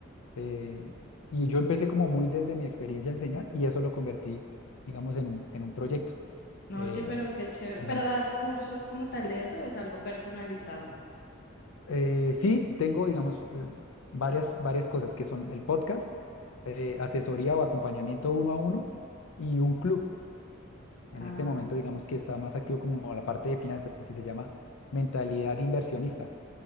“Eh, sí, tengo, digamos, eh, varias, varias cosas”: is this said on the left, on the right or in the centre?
Left